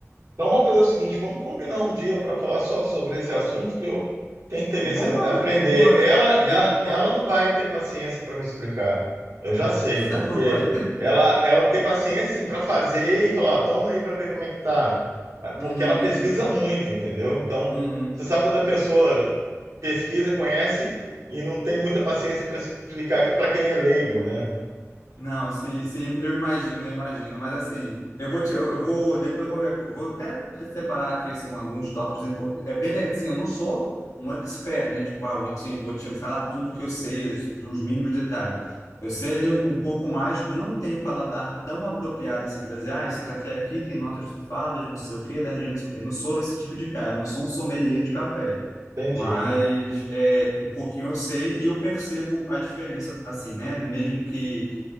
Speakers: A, on the right; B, on the left.
A: Então vamos fazer o seguinte, vamos combinar um dia para falar só sobre esse assunto que eu tenho interesse
B: Vambora,
A: em aprender.
B: vambora,
A: Ela,
B: vambora,
A: ela, ela não vai ter paciência para me explicar. Eu já sei,
B: <laughs>
A: porque
B: vambora.
A: ela, ela tem paciência sim para fazer e falar, "Ah, toma aí para ver como é que tá. Mas-
B: Uhum,
A: Porque ela pesquisa
B: uhum,
A: muito, entendeu? Então,
B: uhum.
A: você sabe quando a pessoa pesquisa, conhece e não tem muita paciência para explicar para quem é leigo, né?
B: Não, sim, sim, eu imagino, eu imagino, mas assim, eu vou te, eu, eu vou depois qualquer, co- vou até separar aqui assim alguns tópicos importantes. É bem, le- assim, eu não sou um expert, né? Tipo, ah, vou te, vou te falar tudo que eu sei, os, dos mínimos detalhes. Eu sei ali um, um pouco mais, não tenho um paladar tão apropriado assim para dizer, ah, esse café aqui tem notas trufadas, de não sei o quê, da região não sei o quê. Não sou esse tipo de cara, não sou um sommelier de café.
A: Entendi.
B: Mas é, um pouquinho eu sei e eu percebo a diferença, assim, né? Mesmo que